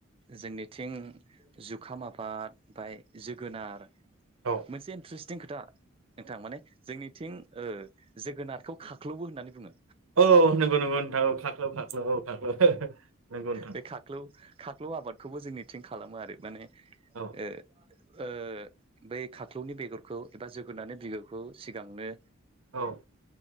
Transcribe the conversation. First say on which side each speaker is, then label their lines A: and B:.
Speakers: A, on the right (about 25°); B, on the right (about 90°).
A: जोंनिथिं जुखाम आबाद बाय जोगोनार
B: औ
A: मोनसे इन्टारेस्टिं खोथा नोंथां माने जोंनिथिं ओ जोगोनारखौ खाख्लोबो होननानै बुङो।
B: औ नंगौ नंगौ नोंथां औ खाख्लौ खाख्लौ औ खाख्लौ नंगौ नोंथां।
A: बे खाख्लौ खाख्लौ आबादखौबो जोंनिथिं खालामो आरो माने ओ
B: औ
A: ओ बै खाख्लौनि बेगरखौ एबा जोगोननि बिगुरखौ सिगांनो
B: औ।